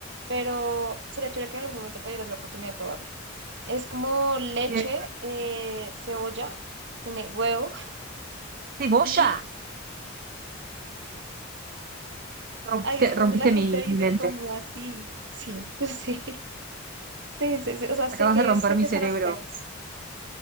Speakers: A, on the right; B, on the right.
A: pero sería chévere que en algún momento te dieras la oportunidad de probarlo. Es como leche,
B: Bien.
A: eh, cebolla, tiene huevo,
B: Cebolla.
A: <laughs> y
B: Rompiste,
A: ahí es cuando
B: rompiste
A: la gente
B: mi
A: dice
B: mi mente.
A: como así, sí, <laughs> sí. Sí, sí, sí, o sea, sé
B: Acabas
A: que,
B: de romper
A: sé
B: mi
A: que
B: cerebro.
A: suena feo,